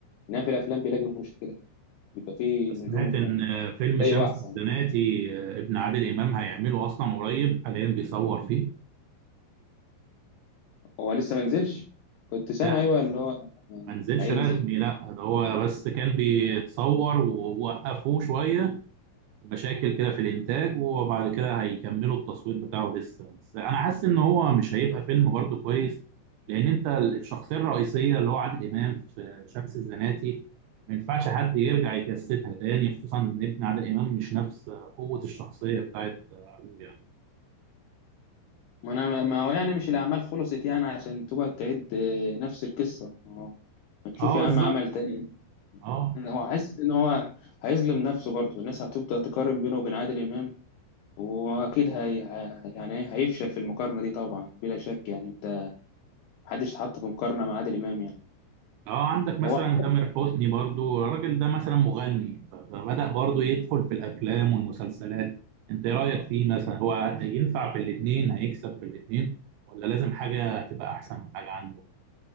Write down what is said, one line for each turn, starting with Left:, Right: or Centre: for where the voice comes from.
Left: إنما في الأفلام بيلاقي مشكلة بيبقى فيه
Right: سمعت
Left: نجوم
Right: إن فيلم شمس
Left: أيوة أحسن
Right: الزناتي آه، ابن عادل إمام هيعمله أصلا قريب حاليا بيصور فيه
Left: هو لسه ما نزلش كنت سامع
Right: لا
Left: أيوة إن هو
Right: ما نزلش
Left: هينزل
Right: رسمي لا ده هو بس كان بيتصور ووقفوه شوية مشاكل كده في الإنتاج وبعد كده هيكملوا التصوير بتاعه لسه بس أنا حاسس إن هو مش هيبقى فيلم برضه كويس لأن أنت الشخصية الرئيسية اللي هو عادل إمام في شمس الزناتي ما ينفعش حد يرجع يكستها تاني خصوصا إن ابن عادل إمام مش نفس قوة الشخصية بتاعت أبوه يعني.
Left: ما أنا ما هو يعني مش الأعمال خلصت يعني عشان تقعد تعيد آه، نفس القصة ما هو- ما تشوف
Right: اه
Left: يا
Right: بالظبط
Left: عم عمل تاني
Right: اه
Left: أنا هو حاسس إن هو هيظلم نفسه برضه الناس هتبدأ تقارن بينه وبين عادل إمام وأكيد هي هي- يعني إيه، هيفشل في المقارنة دي طبعا بلا شك يعني أنت محدش اتحط في مقارنة مع عادل إمام يعني
Right: اه عندك مثلا
Left: هو
Right: تامر حسني برضو الراجل ده مثلا مغني فبدأ برضو يدخل في الافلام والمسلسلات انت ايه رايك فيه مثلا هو ينفع في الاثنين هيكسب في الاثنين ولا لازم حاجه تبقى احسن من حاجه عنده